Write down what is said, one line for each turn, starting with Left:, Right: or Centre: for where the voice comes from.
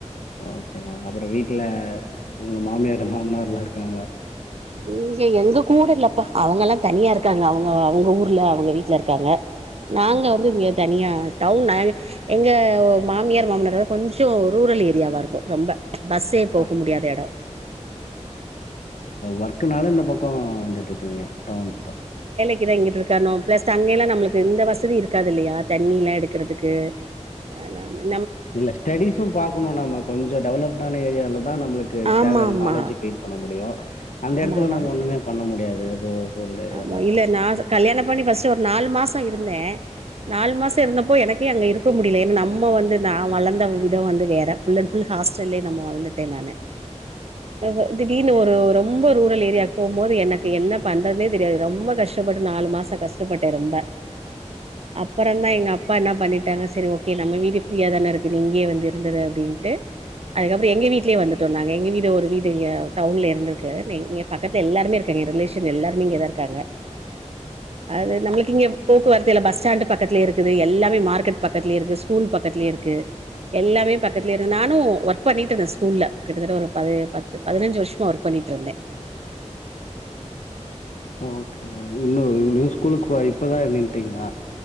Left: ஓகே மேம் அப்றோ வீட்ல உங்க மாமியார் மாமனார்லா இருக்காங்ளா
Right: இங்க எங்க கூடல்லப்பா அவங்கலா தனியாருக்காங்க அவங்க அவங்க ஊர்ல அவங்க வீட்லருக்காங்க நாங்க
Left: ஆ.
Right: வந்து இங்க தனியா டவுன்னா. எங்க மாமியார் மாமனாரட கொஞ்சொ ரூரல் ஏரியாவா இருக்கு ரொம்ப பஸ்ஸே போக
Left: ஆ.
Right: முடியாத எட
Left: ஒர்க்கனால இந்த பக்கொ வந்துட்ருக்கீங்க டன்ட
Right: கீதை இங்கிட்ருக்கனோ பிளஸ் அங்கல்லா நம்மளுக்கு இந்த வசதி இருக்காதுல்லையா தண்ணில்லாம எடுக்கிறதுக்கு ஆ நாம
Left: இல்ல ஸ்டடிஸும் பாக்கணு நம்ம கொஞ்ச டெவலப்டான ஏரியாலிலதா நம்மளுக்கு
Right: ஆமா
Left: தேவையான
Right: ஆமா
Left: நாலேஜு க பண்ண முடியு அந்த எடத்துல
Right: ஆமா
Left: நம்ம ஒண்ணுமே பண்ண முடியாது ரூரல் ஏரியால.
Right: ஆமா இல்ல நா கல்யாணம் பண்ணி பஸ்ட்டு ஒரு நாலு மாச இருந்தே நாலு மாச. இருந்தப்போ எனக்கே அங்க இருக்க முடியல ஏன்னா நம்ம வந்து நா வளந்த வித வந்து வேற ஃபுல்லன் ஃபுல் ஹாஸ் ஹாஸ்டல்லயே நம்ம வழந்துட்டே நானு ஆஹ திடீர்னு ஒரு ரொம்ப ரூரல் ஏரியாக்கு போம்போது எனக்கு என்ன பண்றனே தெரியாது ரொம்ப கஷ்டப்பட்டு நாலு மாச கஷ்டப்பட்டே ரொம்ப அப்பறந்தா எங்கப்பா என்னா பண்ணிட்டாங்க சரி ஓகே நம்ம வீடு ப்ரீயா தான இருக்கு நீ இங்கே வந்து இருந்தது அப்படின் அன்ட்டு அதுக்கப்புற எங்க வீட்லயே வந்துட்டோ நாங்க எங்க வீடு ஒரு வீடு டவுன்ல இருந்திருக்கு பக்கத்துல எல்லாருமே இருக்கு ஏ ரிலேஷன் எல்லாருமே இங்கதா இருக்காங்க
Left: <inaudible>
Right: அது நம்மளுக்கு இங்க போக்குவரத்துலே பஸ்டாண்டு பக்கத்துலே இருக்குது எல்லாமே மார்க்கெட் பக்கத்துலே இருக்கு ஸ்கூல் பக்கத்துலயே இருக்கு க எல்லாமே பக்கத்துல இரு நானு ஒர்க் பண்ணிட்டு இருந்தே ஸ்கூல்ல கிட்டத்தட்ட ஒரு பத பதினஞ்சு வருஷமா ஒர்க் பண்ணி தீத்தன்னே
Left: <inaudible> ஓகே இன்னு இன்னு ஸ்கூலுக்கு வா இப்பதா நின்ட்டீங்களா